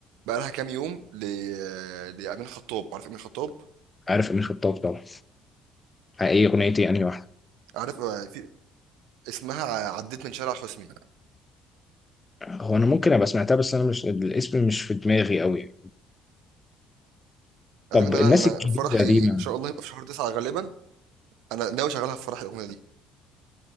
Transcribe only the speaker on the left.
عارف امين خطاب طبعا آه، ايه اغنيتي انهي واحده
هو انا ممكن ابقى سمعتها بس انا مش الاسم مش في دماغي قوي طب
الناس
الجديده
دي ما